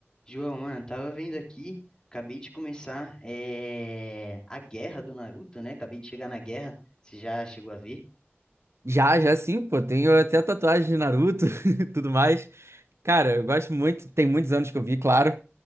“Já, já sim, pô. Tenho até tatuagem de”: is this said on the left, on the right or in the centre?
Right